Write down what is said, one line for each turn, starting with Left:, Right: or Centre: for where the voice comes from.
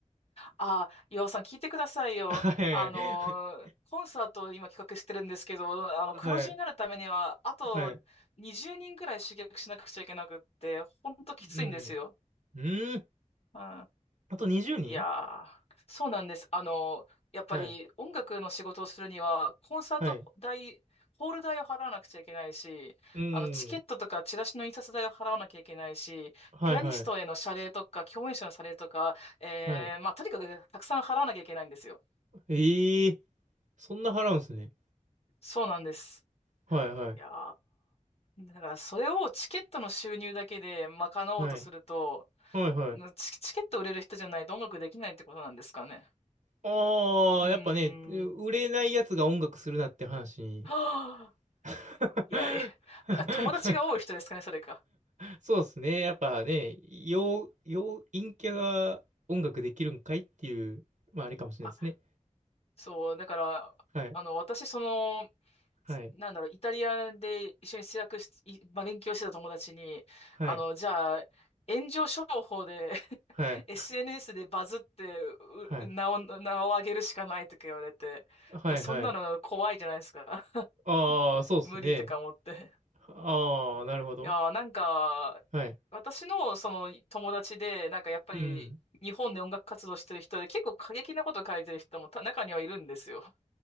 Left: あ岩尾さん聞いてくださいよ。
Right: はい。
Left: あのーコンサートを今企画してるんですけど、あの、
Right: はい。
Left: 黒字になるためには、あと20人くらい集客しなくちゃいけなくって、
Right: はい。
Left: ほんときついんですよ。
Right: うん。うーん。
Left: うん
Right: あと20人
Left: いやー、そうなんです。あの、やっぱり音楽の仕事をするには、
Right: はい。
Left: コンサート代、
Right: はい。
Left: ホール代を払わなくちゃいけないし、
Right: うん。
Left: あの、チケットとかチラシの印刷代を払わなきゃいけないし、
Right: はい、
Left: ピアニストへの謝礼とか、
Right: はい。
Left: 共演者の謝礼とか、えー、
Right: はい。
Left: まあ、とにかくたくさん払わなきゃいけないんですよ。
Right: ええそんな払うんすね。
Left: そうなんです。
Right: はい、はい。
Left: いやー、だからそれをチケットの収入だけで賄おうとすると、
Right: はい。はい、はい。
Left: チ、チケット売れる人じゃないと音楽できないってことなんですかね。
Right: ああ、
Left: うー
Right: やっぱね、う売れないやつが音楽するなって話に。
Left: ん。は
Right: <laughs>
Left: いや、え、<laughs> た友達が多い人ですかね、それか。
Right: そうですね。やっぱね、陽、陽、陰キャが音楽できるんかいっていう、まああれかもしれないですね。
Left: あ、そう、だから、
Right: はい。
Left: あの、私、その、
Right: はい。
Left: なんだろう、イタリアで一緒に制作し、いまあ、勉強してた友達に、
Right: はい、
Left: あの、じゃあ、炎上商法で <laughs>
Right: はい、
Left: SNS でバズってう名を、
Right: はい、
Left: 名を上げるしかないとか言われて、だからそんなの怖いじゃないですか。
Right: はい、はい。
Left: <laughs>
Right: ああ、そうっすね。
Left: 無理とか思って。
Right: ああ、なるほど。
Left: いやー、なんか、
Right: はい。
Left: 私のその友達で、なんかやっぱり日本で音楽活動してる人で結構過激なこと書いてる人もた中にはいるんですよ。
Right: うん。